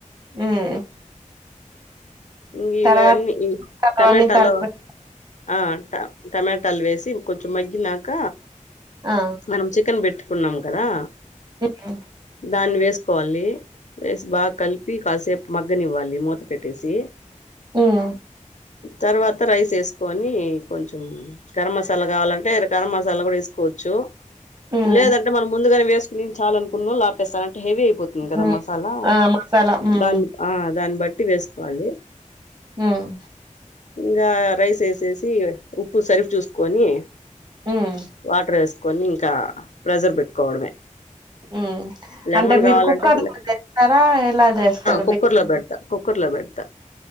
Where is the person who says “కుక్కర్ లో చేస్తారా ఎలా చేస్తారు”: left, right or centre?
Right